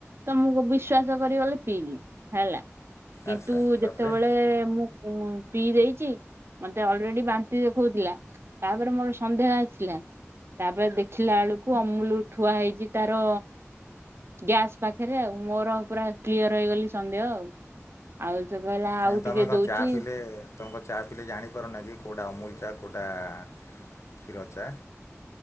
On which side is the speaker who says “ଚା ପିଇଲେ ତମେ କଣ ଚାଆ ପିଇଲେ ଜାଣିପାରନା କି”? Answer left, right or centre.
Left